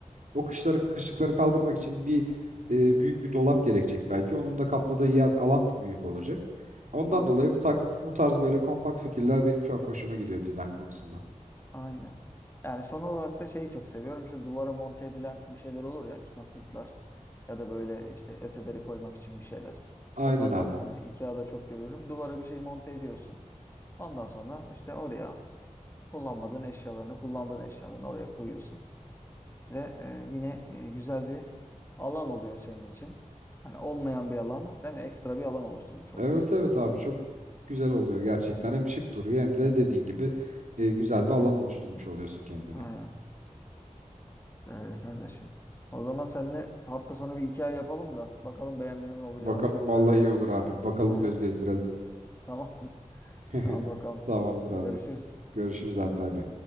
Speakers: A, on the right; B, on the left.
A: o kışları kışlıkları kaldırmak için bir e, büyük bir dolap gerekecek belki. Onun da kapladığı yer, alan büyük olacak. Ondan
B: Tabii
A: dolayı
B: tabii
A: bu tak,
B: ya.
A: bu tarz böyle kompakt fikirler benim çok hoşuma gidiyor dizayn konusunda.
B: Aynen. Yani son olarak da şeyi çok seviyorum. İşte duvara monte edilen bir şeyler olur ya kitaplıklar ya da böyle işte öteberi koymak için bir şeyler.
A: Aynen
B: Onlardan
A: abi.
B: hani IKEA'da çok görüyorum. Duvara bir şey monte ediyorsun. Ondan sonra işte oraya kullanmadığın eşyalarını, kullandığın eşyalarını oraya koyuyorsun. Ve e, yine e, güzel bir alan oluyor senin için. yani olmayan bir alan, değil mi? Ekstra bir alan oluşturmuş oluyorsun.
A: Evet evet abi çok güzel oluyor gerçekten. Hem şık duruyor hem de dediğin gibi e, güzel bir alan oluşturmuş oluyorsun kendine.
B: Aynen. Öyle kardeşim. O zaman seninle hafta sonu bir hikaye yapalım da bakalım beğendiğimiz mobilyalar
A: Bakalım
B: neler
A: vallahi
B: var.
A: iyi olur abi. Bakalım
B: Aha,
A: göz gezdirelim.
B: tamam. <laughs>
A: <laughs>
B: Tamam bakalım.
A: Tamamdır
B: Görüşürüz.
A: abi. Görüşürüz abi bay bay.